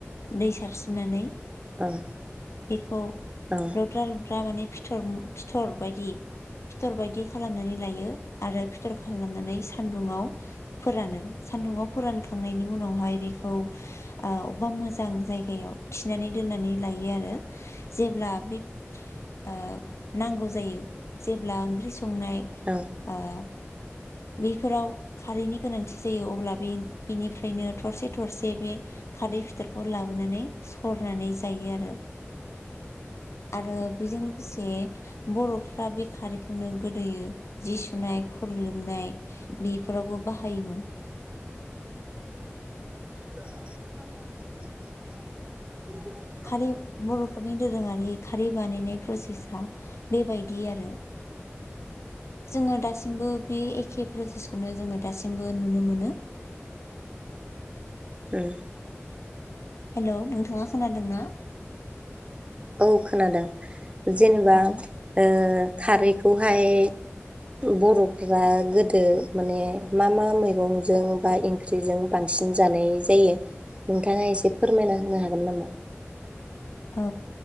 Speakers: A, on the left; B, on the right.
A: दै सारस्रिननानै।
B: ओं।
A: इखौ
B: औ।
A: लुद्रा लुद्रा माने फिथर फिथर बायदि फिथर बायदि खालामनानै लायो। आरो फिथर खालामनानै सान्दुंङाव फोरानो। सान्दुंङाव फोरानखांनायनि उनावहाय बेखौ आ अबावबा मो जां जायगायाव थिनानै दोननानै लायो आरो जेब्ला बे ओ नांगौ जायो जेब्ला ओंख्रि संनाय।
B: औ
A: आ बैफोराव खारैनि गोनांथि जायो अब्ला बे बेनिफ्रायनो थरसे थरसे बे खारदै फिथोरखौ लाबोनानै सरनानै जायो आरो।
B: <inaudible>
A: आरो बेजों लोगोसे बर'फ्रा बे खारिखौनो गोदोयो जि सुनाय खार नै बेफोरावबो बाहायोमोन।
B: <unintelligible>
A: खारै बर' फोरनि दोरोङारि खारि बानायनाय प्रसेसा बेबायदि आरो। जोङो दासिमबो बे एखे प्रसेसखौनो जोङो दासिमबो नुनो मोनो।
B: उम।
A: हेल नोंथाङा खोनादों ना?
B: औ खोनादों जेनेबा
A: औ
B: ओ खारैखौहाय बर'फ गोदो माने मा मा मैगंजों बा इ ख्रिजों बांसिन जानाय जायो नोंथाङा एसे फोरमायना होनो हागोन नामा?
A: औ